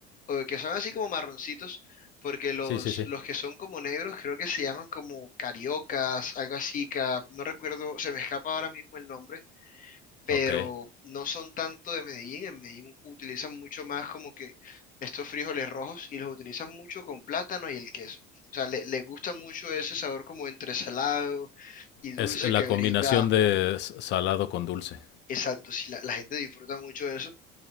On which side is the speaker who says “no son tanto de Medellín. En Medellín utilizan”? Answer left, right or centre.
Left